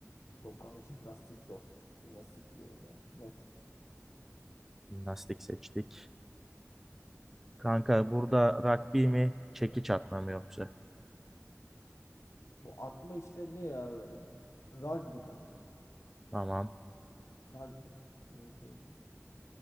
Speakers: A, on the left (about 65°); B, in the centre.
A: Yok kanka jimnastik zor. Jimnastik diyorum ya. Net.
B: Jimnastik seçtik. Kanka burada rugby mi, çekiç atma mı yoksa?
A: Bu atma işleri ne ya böyle? Rugby kanka.
B: Tamam.
A: Rugby. Böyle şey mi? olur?